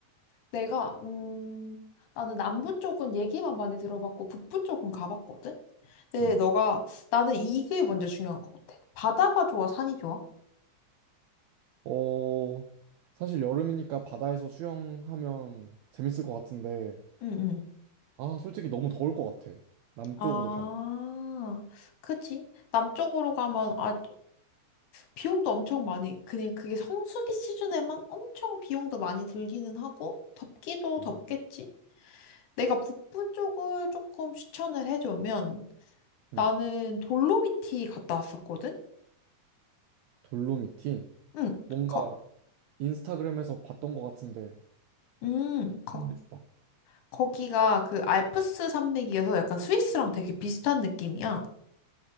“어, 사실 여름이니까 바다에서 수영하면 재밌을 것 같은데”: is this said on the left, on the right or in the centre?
Right